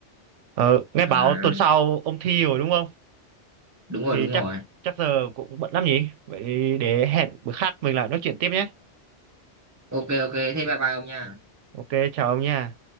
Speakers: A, on the right; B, on the right.
A: Ờ, nghe
B: À,
A: bảo tuần sau ông thi rồi đúng không?
B: đúng rồi,
A: thì
B: đúng rồi.
A: chắc chắc giờ cũng bận lắm nhỉ vậy để hẹn bữa khác mình lại nói chuyện tiếp nhé
B: Ok, ok. Thế bye bye ông nha.
A: ok chào ông nha